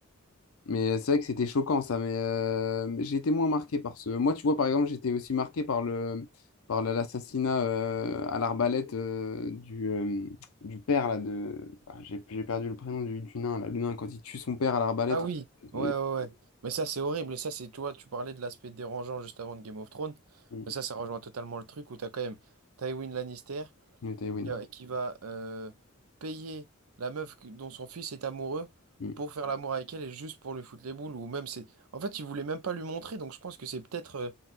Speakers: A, on the left; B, on the right.
A: Mais euh, c'est vrai que c'était choquant ça, mais euh, j'ai été moins marqué par ce. Moi, tu vois, par exemple, j'étais aussi marqué par le par la- l'assassinat euh, à l'arbalète euh, du, euh, du père là de. Ah, j'ai j'ai perdu le prénom du, du nain là. Le nain quand il tue son père à l'arbalète.
B: Ah oui,
A: Le...
B: ouais, ouais, ouais. Mais ça, c'est horrible. Et ça, c'est, tu vois, tu parlais de l'aspect dérangeant juste avant de Game of Thrones.
A: Mm.
B: Mais ça, ça rejoint totalement le truc où t'as quand même Tywin Lannister
A: Le Tywin.
B: qui euh, qui va euh, payer la meuf que- dont son fils est amoureux
A: Mm.
B: pour faire l'amour avec elle et juste pour lui foutre les boules. Ou même, c'est. En fait, il voulait même pas lui montrer. Donc, je pense que c'est peut-être euh,